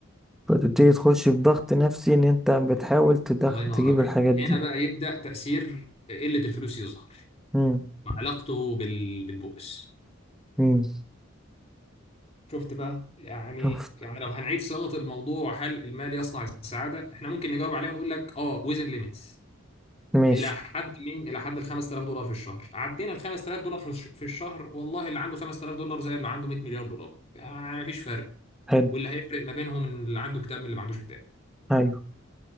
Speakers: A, in the centre; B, on the left.
A: فتبتدي تخش في ضغط نفسي ان انت بتحاول تدخل
B: الله ينور
A: تجيب
B: عليك
A: الحاجات دي
B: هنا بقى يبدأ تأثير قلة الفلوس يظهر
A: امم
B: وعلاقته بال... بالبؤس
A: امم
B: شفت بقى يعني
A: شفت
B: يعني لو هنعيد صياغة الموضوع هل المال يصنع السعادة احنا ممكن نجاوب عليه ونقول لك اه ويزن ليميتس
A: ماشي
B: الى حد مين الى حد ال 5000 دولار في الشهر عدينا ال 5000 دولار في الش- في الشهر والله اللي عنده 5000 دولار زي اللي عنده 100 مليار دولار يعني مفيش فرق
A: حلو
B: واللي هيفرق ما بينهم إن اللي عنده كتاب من اللي ما عندوش كتاب
A: ايوه